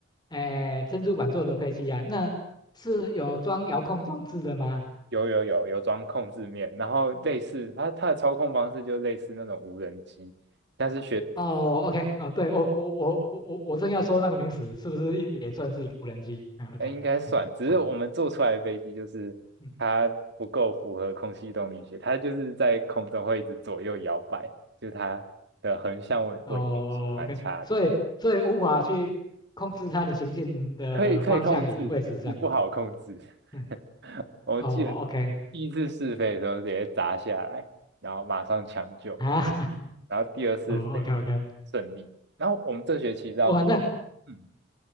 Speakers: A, on the left (about 20°); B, on the right (about 60°).
A: 哎珍珠板做的配器啊，那是有装遥控装置的吗？
B: 有有有有装控制面，然后类似它它的操控方式就类似那种无人机，但是。
A: 哦，OK，啊，对，我我我我我我正要说那个名词是不是也也算是一个无人机？嗯，OK，
B: 呃，应该算，
A: 嗯，
B: 只是我们做出来的飞机就是它不够符合空气动力学，
A: 好，嗯，
B: 它就是在空中会一直左右摇摆，就是它的横向稳稳定性蛮差的，
A: 哦，OK，所以所以无法去控制它的行进的方向与位置这样子
B: 可以可以控制，是不好控制。
A: 嗯，
B: <laughs> 我记得
A: 哦，OK，
B: 第一次试飞的时候直接砸下来，然后马上抢救，
A: 啊，<laughs>
B: 然后第二次飞顺利，
A: 哦，OK OK，
B: 然后我们这学期是要
A: 哇，那
B: 嗯。